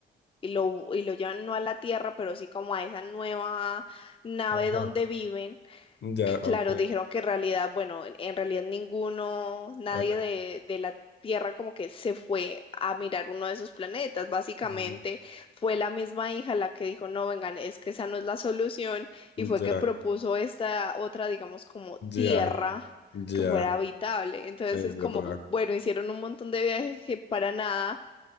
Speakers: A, on the left (about 30°); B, on the left (about 60°).
A: y lo, y lo llevan no a la Tierra, pero sí como a esa nueva nave
B: Ajá.
A: donde viven
B: Ya,
A: Claro,
B: ok.
A: dijeron que en realidad, bueno, en en realidad ninguno, nadie
B: Ah,
A: de, de la Tierra como que se fue a mirar uno de esos planetas. Básicamente
B: mm,
A: fue la misma hija la que dijo, no, vengan, es que esa no es la solución y fue
B: ya,
A: que propuso esta otra, digamos, como Tierra
B: ya, ya.
A: que fuera habitable. Entonces
B: Es
A: es
B: verdad.
A: como, bueno, hicieron un montón de viajes que para nada